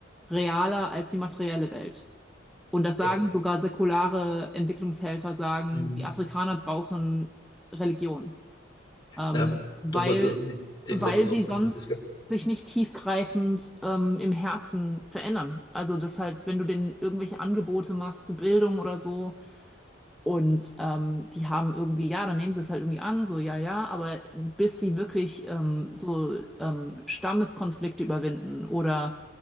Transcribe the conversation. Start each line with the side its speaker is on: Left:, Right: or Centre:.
Centre: realer als die materielle Welt. Und das sagen
Left: ja.
Centre: sogar säkulare Entwicklungshelfer, sagen,
Left: Mhm.
Centre: die Afrikaner brauchen Religion, ähm,
Left: Nein,
Centre: weil,
Left: du musst das mit dem
Centre: weil
Left: musst das
Centre: sie
Left: abholen,
Centre: sonst
Left: das ist klar.
Centre: sich nicht tiefgreifend ähm, im Herzen verändern. Also das halt, wenn du denen irgendwelche Angebote machst für Bildung oder so, und ähm, die haben irgendwie, ja, dann nehmen sie es halt irgendwie an, so ja, ja, aber bis sie wirklich ähm, so ähm, Stammeskonflikte überwinden oder